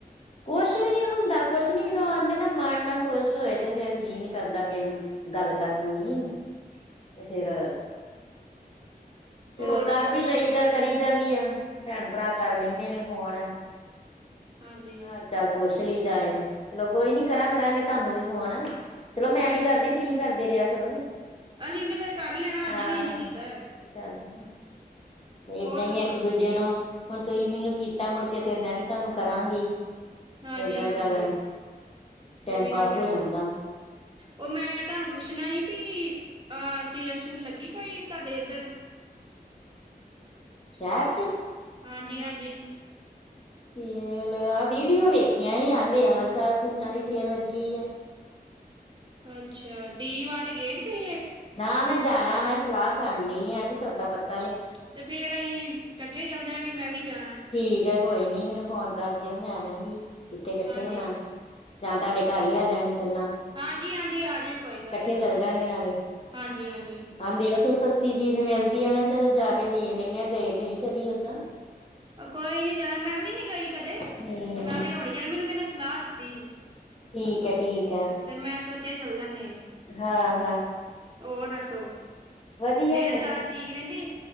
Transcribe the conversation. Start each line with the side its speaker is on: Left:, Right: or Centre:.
Left: ਕੁਛ ਵੀ ਨੀ ਹੁੰਦਾ, ਕੁਛ ਨੀ ਜਦੋਂ ਬੰਦੇ ਦਾ ਮਨ ਨਾ ਖੁਸ਼ ਹੋਏ ਤੇ ਫੇਰ ਜੀਅ ਨੀ ਕਰਦਾ ਕਿਸੇ ਨੂੰ ਗੱਲ ਕਰਨ ਨੂੰ ਵੀ, ਤੇ ਫਿਰ ਚਲੋ
Right: ਹੋਰ ਦੱਸੋ
Left: ਕਰ ਵੀ ਲਈਦਾ ਕਰੀ ਦਾ ਵੀ ਆ, ਭੈਣ-ਭਰਾ ਕਰ ਲੈਂਦੇ ਨੇ ਫੋਨ।
Right: ਹਾਂਜੀ
Left: ਹਾਲ-ਚਾਲ ਪੁੱਛ ਲਈਦਾ ਏ, ਚਲੋ ਕੋਈ ਨੀ ਕਰਾਂ ਕਰਾਂਗੇ ਤੁਆਨੂੰ ਵੀ ਫੋਨ। ਚੱਲੋ ਮੈਂ
Right: ਹਾਂਜੀ
Left: ਨੀ ਕਰਦੀ ਤੁਸੀਂ ਕਰਦੇ ਰਿਹਾ ਕਰੋ।
Right: ਅਸੀਂ ਤੇ ਫੇਰ ਕਰ ਲੈਣਾ ਅੱਜ
Left: ਹਾਂ
Right: ਵੀ ਅਸੀਂ
Left: ਇਹ
Right: ਕੀਤਾ ਐ।
Left: ਤੇ ਗੱਲ ਸੁਣ ਏਦਾਂ
Right: ਦੱਸੋ
Left: ਈ ਐ ਇੱਕ ਦੂਜੇ ਨੂੰ ਹੁਣ ਤੁਸੀਂ ਮੈਨੂੰ ਕੀਤਾ ਮੁੜ ਕੇ ਫਿਰ ਮੈਂ ਵੀ ਤੁਆਨੂੰ ਕਰਾਂਗੀ।
Right: ਹਾਂਜੀ
Left: ਏਦਾਂ
Right: ਹਾਂਜੀ
Left: ਈ ਚੱਲ,
Right: ਇਹ
Left: ਟੈਮ
Right: ਵੀ
Left: ਪਾਸ
Right: ਗੱਲ ਹੈਗੀ
Left: ਹੋ ਜਾਂਦਾ।
Right: ਉਹ ਮੈਂ ਤੁਹਾਨੂੰ ਪੁੱਛਣਾ ਸੀ ਪੀ ਆਹ ਸੇਲ-ਸੂਲ ਲੱਗੀ ਕੋਈ ਤੁਹਾਡੇ ਇੱਧਰ?
Left: ਸ਼ਹਿਰ ਚ?
Right: ਹਾਂਜੀ ਹਾਂਜੀ।
Left: ਸੇਲ ਆ ਵੀਡੀਓ ਵੇਖੀਆਂ ਹੀ ਆਂਦੇ ਆ ਹਰ ਸਾਲ ਸੂਟਾਂ ਦੀ ਸੇਲ ਲੱਗੀ ਐ।
Right: ਅੱਛਾ। ਡੀ ਮਾਰਟ ਗਏ ਸੀ ਤੁਸੀਂ ਅੱਜ?
Left: ਨਾ ਮੈਂ ਜਾਣਾ ਮੈਂ ਸਲਾਹ ਕਰਨ ਕਰਨੀ ਐ ਕੀ ਸੌਦਾ ਪਤਾ
Right: ਤੇ ਫੇਰ ਅਸੀਂ ਇਕੱਠੇ ਚੱਲ ਜਾਗੇ ਮੈਂ ਵੀ ਜਾਣਾ।
Left: ਠੀਕ ਐ ਕੋਈ ਨੀ ਮੈਨੂੰ ਫੋਨ ਕਰ ਦਿਓ ਮੈਂ ਆ ਜਾਗੀ ਕਿੱਥੇ ਇਕੱਠੇ
Right: ਹਾਂਜੀ
Left: ਹੋਣਾ। ਜਾਂ ਤੁਹਾਡੇ ਘਰ ਹੀ ਆ ਜਾਂਗੀ ਪਹਿਲਾਂ
Right: ਹਾਂਜੀ ਹਾਂਜੀ ਆ ਜਾਏ ਕੋਈ ਗੱਲ
Left: ਇਕੱਠੇ
Right: ਨਹੀਂ ਆ
Left: ਚੱਲ
Right: ਜਾਏ
Left: ਜਾਗੇ ਨਾਲ,
Right: ਹਾਂਜੀ ਹਾਂਜੀ
Left: ਆਹਦੇ ਉੱਥੇ ਸਸ ਤੀ ਚੀਜ਼ ਮਿਲਦੀ ਐ, ਮੈਂ ਚਲੋ ਜਾ ਕੇ ਵੇਖ ਲੈਂਨੀ ਆ ਗਏ ਤੇ ਨੀ ਕਦੀ ਓਦਾਂ।
Right: ਕੋਈ ਨੀ ਚਲ ਮੈਂ ਵੀ ਨੀ ਗਈ ਕਦੇ,
Left: ਹੂੰ
Right: ਮੈਂ ਵੀ ਹੁਣ ਜਾਣਾ ਮੈਨੂੰ ਕਹਿੰਨੇ ਸਲਾਹ ਦਿੱਤੀ ਸੀ।
Left: ਠੀਕ ਐ-ਠੀਕ।
Right: ਫੇਰ ਮੈਂ ਸੋਚਿਆ ਚੱਲ ਜਾਂਨਿਆ,
Left: ਹਾਂ
Right: ਹੋਰ ਦੱਸੋ।
Left: ਵਧੀਆ-ਵਧੀਆ,
Right: ਸਿਹਤ ਸਾਰ ਠੀਕ ਰਹਿੰਦੀ?